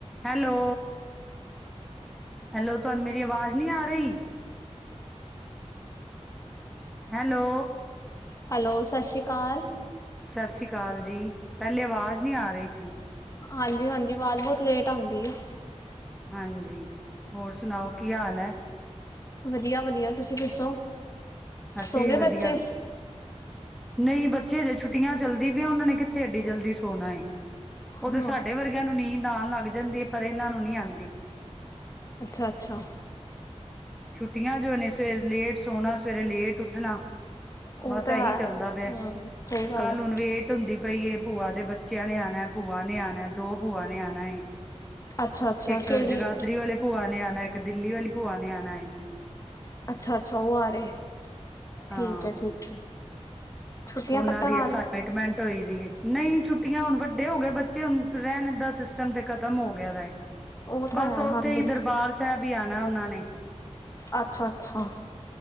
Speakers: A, in the centre; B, on the left (about 30°).
A: Hello hello ਤੁਹਾਨੂੰ ਮੇਰੀ ਆਵਾਜ਼ ਨੀ ਆ ਰਹੀ। ਹੈਲੋ।
B: ਹੈਲੋ ਸਤਿ ਸ਼੍ਰੀ ਅਕਾਲ।
A: ਸਤਿ ਸ੍ਰੀ ਅਕਾਲ ਜੀ ਪਹਿਲੇ ਆਵਾਜ਼ ਨੀ ਆ ਰਹੀ ਸੀ।
B: ਹਾਂਜੀ ਹਾਂਜੀ ਆਵਾਜ਼ ਬਹੁਤ ਲੇਟ ਆਉਂਦੀ ਆ।
A: ਹਾਂਜੀ ਹੋਰ ਸੁਣਾਓ ਕੀ ਹਾਲ ਹੈ।
B: ਵਧੀਆ ਵਧੀਆ ਤੁਸੀਂ ਦੱਸੋ।
A: ਅਸੀਂ
B: ਸੋ
A: ਵੀ
B: ਗਏ
A: ਵਧੀਆ।
B: ਬੱਚੇ
A: ਨਹੀਂ ਬੱਚੇ ਹਜੇ ਛੁੱਟੀਆਂ ਚਲਦੀ ਪ ਆ ਉਹਨਾ ਨੇ ਕਿੱਥੇ ਐਡੀ ਜਲਦੀ ਸੋਣਾ ਏ। ਉਹਦੇ
B: ਹਾਂ
A: ਸਾਡੇ ਵਰਗਿਆਂ ਨੂੰ ਨੀਂਦ ਆਉਣ ਲੱਗ ਜਾਂਦੀ ਹੈ ਪਰ ਇਹਨਾਂ ਨੂੰ ਨਹੀਂੀ ਆਉਂਦੀ।
B: ਅੱਛਾ ਅੱਛਾ।
A: ਛੁੱਟੀਆਂ ਜੋ ਨੇ ਸਵੇਰੇ ਲੇਟ ਸੋਣਾ ਸਵੇਰੇ ਲੇਟ ਉੱਠਣਾ।
B: ਉਹ
A: ਬਸ
B: ਤਾਂ
A: ਇਹੀ
B: ਹੈ
A: ਚੱਲਦਾ ਪਿਆ
B: ਹਮ ਸਹੀ ਗੱਲ
A: ਕੱਲ
B: ਹੈ
A: ਹੁਣ ਵੇਟ। ਧੁੰਦੀ ਪਈ ਭੂਆ ਦੇ ਬੱਚਿਆਂ ਨੇ ਆਉਣਾ, ਭੂਆ ਨੇ ਆਉਣਾ, ਦੋ ਭੂਆ ਨੇ ਆਉਣਾ।
B: ਅੱਛਾ ਅੱਛਾ
A: ਇੱਕ
B: ਕਿਹੜੀ
A: ਜਗਾਦਰੀ ਵਾਲੇ ਭੂਆ ਨੇ ਆਉਣਾ, ਇੱਕ ਦਿੱਲੀ ਵਾਲੀ ਭੂਆ ਨੇ ਆਉਣਾ।
B: ਅੱਛਾ ਅੱਛਾ, ਉਹ ਆ ਰਹੇ,
A: ਹਾਂ,
B: ਠੀਕ ਹੈ ਠੀਕ ਹੈ। ਛੁੱਟੀਆਂ
A: ਉਹਨਾਂ
B: ਕੱਟਣ
A: ਦੀ
B: ਆ
A: ਐਕਸਾਈਟਮੈਂਟ
B: ਰਹੇ
A: ਹੋਈ ਸੀ, ਨਹੀਂ ਛੁੱਟੀਆਂ ਹੁਣ ਵੱਡੇ ਹੋ ਗਏ ਬੱਚੇ, ਹੁਣ ਰਹਿਣ ਦਾ ਸ ਤੇ ਖ਼ਤਮ ਹੋ ਗਿਆ ਦਾ,
B: ਉਹ
A: ਬਸ
B: ਤਾਂ ਹੈ
A: ਉੱਥੇ
B: ਹਾਂਜੀ
A: ਹੀ
B: ਹਾਂਜੀ
A: ਦਰਬਾਰ ਸਾਹਿਬ ਹੀ ਆਉਣਾ ਉਹਨਾਂ ਨੇ।
B: ਅੱਛਾ -ਅੱਛਾ,